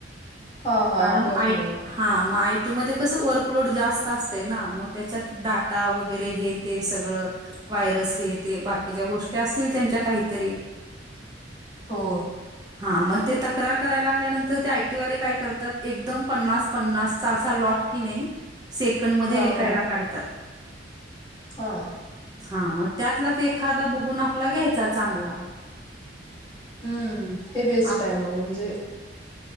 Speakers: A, on the left; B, on the right.
A: हां हां
B: कारण
A: होय
B: आईट..
A: होय
B: हा मग, आयटी मध्ये कसं? वर्कलोड जास्त असतय ना, मग त्याच्यात डाटा वगैरे हे!.. ते सगळ, वयरस, हे ते बाकीच्या गोष्टी असतील त्यांच्या काहीतरी.
A: हो.
B: हा, मग ते तक्रार करायला लागल्या नंतर, ते आय टी वाले काय करतात? एकदम पन्नास.. पन्नास असा लॉट कि नाही, सेकंड म
A: हां
B: विकायला
A: हां
B: काढतात.
A: हां.
B: हा मग, त्यातलाच एखादा बुघून आपला घ्यायचा चांगला.
A: हम्म हे बेस्ट
B: आ
A: आहे. मग म्हणजे?